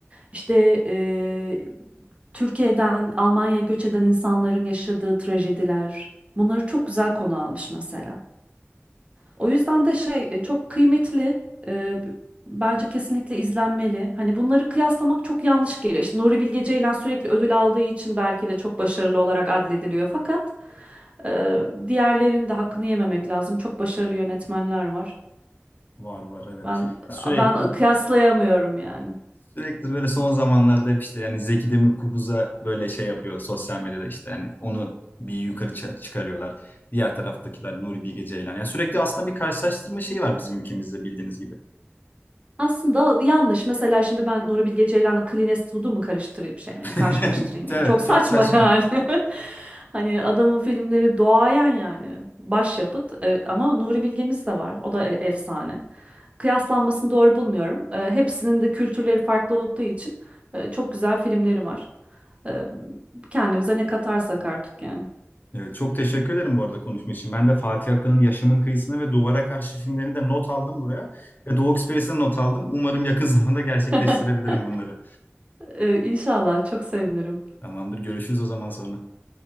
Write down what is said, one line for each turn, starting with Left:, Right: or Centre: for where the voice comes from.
Right: işte e, Türkiye'den Almanya'ya göç eden insanların yaşadığı trajediler. Bunları çok güzel konu almış mesela. O yüzden de şey e, çok kıymetli. e, bence kesinlikle izlenmeli. Hani bunları kıyaslamak çok yanlış geliyor. İşte Nuri Bilge Ceylan sürekli ödül aldığı için belki de çok başarılı olarak adlediliyor. Fakat e, diğerlerinin de hakkını yememek lazım. Çok başarılı yönetmenler var.
Left: Var var evet.
Right: Ben
Left: Ya Sürekli
Right: ben kıyaslayamıyorum yani.
Left: Sürekli böyle son zamanlarda hep işte yani Zeki Demirkubuz'a böyle şey yapıyor sosyal medyada işte yani onu bir yukarı ça- çıkarıyorlar. Diğer taraftakiler Nuri Bilge Ceylan. Ya sürekli aslında bir karşılaştırma şeyi var bizim ülkemizde bildiğiniz gibi.
Right: Aslında yanlış. Mesela şimdi ben Nuri Bilge Ceylan'la Clint Eastwood'u mu karıştırayım şey mi?
Left: <laughs>
Right: ya, karşılaştırayım
Left: Evet
Right: yani. Çok saçma
Left: çok saçma.
Right: <laughs> yani. Hani adamın filmleri doğayan yani. Başyapıt. E, ama Nuri Bilge'miz de var. O da e- efsane. Kıyaslanmasını doğru bulmuyorum. E, hepsinin de kültürleri farklı olduğu için e, çok güzel filmleri var. E, kendimize ne katarsak artık yani.
Left: Evet, çok teşekkür ederim bu arada konuşma için. Ben de Fatih Akın'ın Yaşamın Kıyısını ve Duvara Karşı filmlerini de not aldım buraya. Ve Doğu Ekspres'e not aldım. Umarım yakın <laughs> zamanda gerçekleştirebilirim
Right: <laughs>
Left: bunları.
Right: E, İnşallah çok sevinirim.
Left: Tamamdır görüşürüz o zaman sonra.